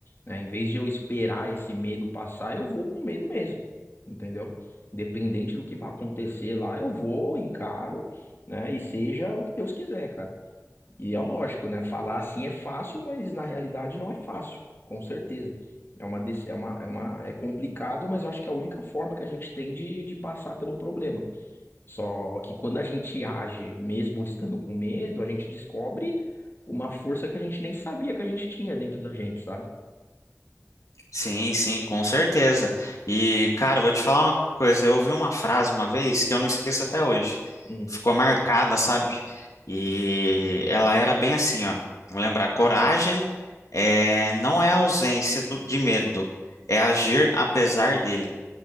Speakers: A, on the left; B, on the left.
A: né? Em vez de eu esperar esse medo passar, eu vou com medo mesmo, entendeu? Independente do que vai acontecer lá, eu vou, encaro, né? E seja o que Deus quiser, cara. E é lógico, né? Falar assim é fácil, mas na realidade não é fácil, com certeza. É uma, dec- é uma, é uma, é complicado, mas eu acho que é a única forma que a gente tem de, de passar pelo problema. Só que quando a gente age, mesmo estando com medo, a gente descobre uma força que a gente nem sabia que a gente tinha dentro da gente, sabe?
B: Sim, sim, com certeza. E, cara, vou te falar uma coisa. Eu ouvi uma frase uma vez que eu não esqueço até hoje.
A: Hum,
B: Ficou marcada, sabe? E ela era bem assim, ó. Vou lembrar, coragem é, não é ausência do- de medo, é agir apesar dele.